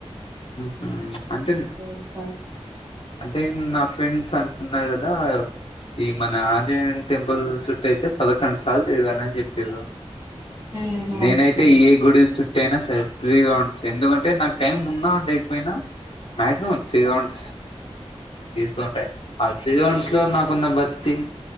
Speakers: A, on the left; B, on the right.
A: నమస్కారం! అంటేన్
B: తెలుసండి
A: అంటే నా ఫ్రెండ్. అంటున్నారు కదా ఈ మన ఆంజనేయుని టెంపుల్ చుట్ట అయితే పదకొండు సార్లు తిరగాలని చెప్పిర్రు
B: మ్మ్
A: నేనైతే
B: అవునండి
A: ఏ గుడి చు అయినా సరే ఫ్రీ గా ఉంటే ఎందుకంటే నాకు టైం ఉం లేకపోయినా మాక్సిమం త్రీ రౌండ్స్ తీస్తూ ఉంటాయి ఆ త్రీ రౌండ్స్ లో నాకున్న భక్తి